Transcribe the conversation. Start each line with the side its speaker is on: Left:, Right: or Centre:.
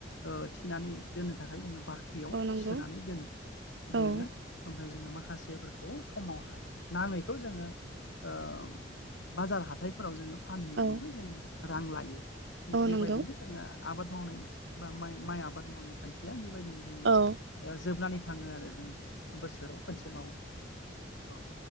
Left: ओ थिनानै दोननो थाखाय जोङो बाख्रियाव
Right: औ औ नंगौ
Left: सोनानै दोन
Right: औ
Left: दोनो ओम फाय जोङो माखासेफोरखौ समावहा नाङैखौ जोङो ओ बाजार हाथायफोराव जोङो फानहैनानैबो
Right: औ
Left: जोङो रां लायो थिग
Right: औ
Left: बेबायदिनो
Right: नंगौ
Left: जोङो आबाद मावनाय बा माइ माइ आबाद मावनायनि खान्थिया बेबायदिनो जोंना
Right: औ
Left: ओ जोबनानै थाङो आरो जों बोसोराव खोनसे मावो औ